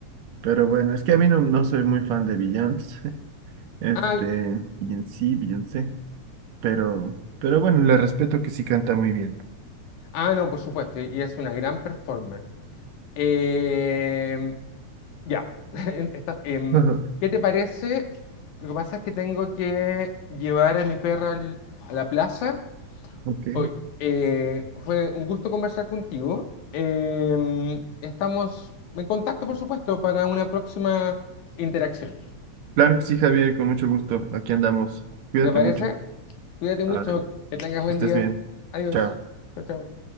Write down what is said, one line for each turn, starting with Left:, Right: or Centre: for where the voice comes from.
Right: Pero bueno, es que a mí no, no soy muy fan de Beyoncé. <laughs> Este,
Left: Ay,
Right: Beyoncé, Beyoncé. Pero, pero bueno, le respeto que sí canta muy bien.
Left: ah, no, por supuesto, y es una gran performer. Eh, ya, <laughs> Esta- em,
Right: <laughs>
Left: ¿qué te parece? Lo que pasa es que tengo que llevar a mi perra al- a la plaza.
Right: Ok.
Left: Hoy, eh, fue un gusto conversar contigo. Em, estamos en contacto, por supuesto, para una próxima interacción.
Right: Claro que sí, Javier, con mucho gusto. Aquí andamos. Cuídate
Left: ¿Te parece?
Right: mucho.
Left: Cuídate mucho,
Right: Árale.
Left: que tengas buen
Right: Que estés
Left: día.
Right: bien.
Left: Adiós.
Right: Chao.
Left: Chao, chao.